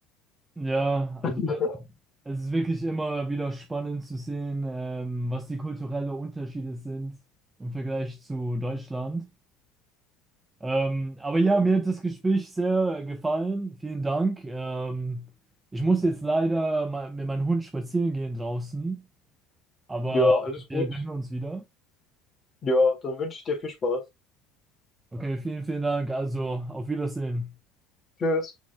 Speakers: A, on the right; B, on the left.
A: Ja, also.
B: <laughs>
A: Es ist wirklich immer wieder spannend zu sehen, ähm, was die kulturellen Unterschiede sind im Vergleich zu Deutschland. Ähm, aber ja, mir hat das Gespräch sehr gefallen. Vielen Dank. Ähm, ich muss jetzt leider mal mit meinem Hund spazieren gehen draußen, aber
B: Ja, alles
A: wir,
B: gut.
A: wir hören uns wieder.
B: Ja, dann wünsche ich dir viel Spaß.
A: Okay, vielen, vielen Dank. Also, auf Wiedersehen.
B: Tschüss.